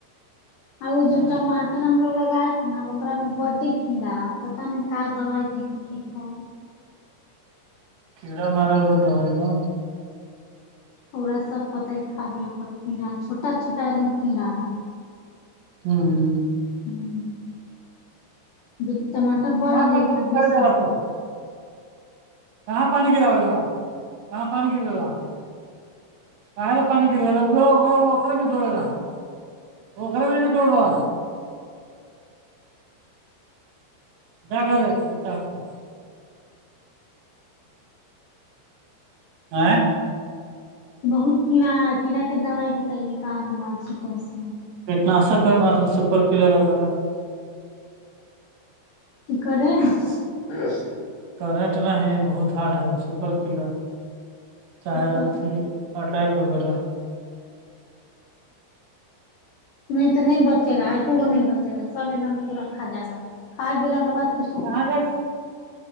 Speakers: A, on the left; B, on the right.
A: اور وہ
B: ہاں
A: جو ٹماٹر ہم لوگ لگائے نا اکام میں بڈی کیڑا پتہ نہیں کا دوائی دے کے ٹھیک رہے
B: کیڈا مارے وہ لوگ دوائی لو
A: پورا سب پتہ ہی کاہ گیا ہو گا کیڑا چھوٹا چھوٹا ایک دم کیڑا ہے
B: ہمم
A: ہمم
B: ہاں کر دو تو گھر جا تو <unintelligible> <unintelligible> <unintelligible> <unintelligible> اے
A: بہت کیڑا کیڑا کے دوائی بتائیے کا دوائی چٹ اس میں
B: <unintelligible>
A: <unintelligible>
B: کرنٹ نہیں بہت ہارڈ ہے سپر کلو
A: سپر
B: چاہے اچھی اٹیک وغیرہ
A: نہیں تو نہیں بچے گا ایکو کو نہیں بچے گا سب ایک دم پورا کھا جائے گا کھا پیلا کے بعد پھر سوکھ
B: کہاں
A: جائے گا